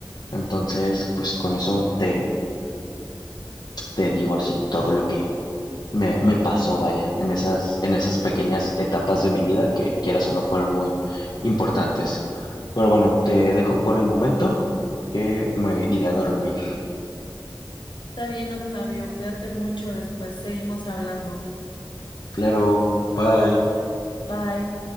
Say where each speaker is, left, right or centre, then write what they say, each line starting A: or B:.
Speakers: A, on the left; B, on the left.
A: Entonces, pues con eso te, te digo así todo lo que me, me pasó, vaya, en esas, en esas pequeñas etapas de mi vida que quieras o no fueron muy importantes. Pero bueno, te dejo por el momento que me iré a dormir.
B: Está bien, Octavio, cuídate mucho, después seguimos hablando.
A: Claro, bye.
B: Bye.